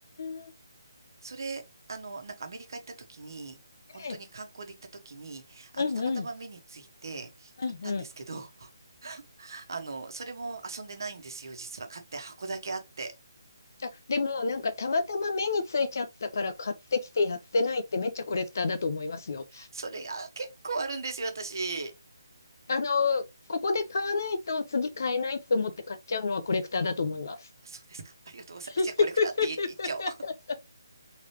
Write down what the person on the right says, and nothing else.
それ、あの、なんかアメリカ行った時に、本当に観光で行った時に、
あの、
たまたま目について買ったんですけど、
<laughs> あの、それも遊んでないんですよ、実は。買って箱だけあって。
それが結構あるんですよ、私。
そうですか。ありがとうございます。じゃあ、
コレクターって言っ言っちゃおう。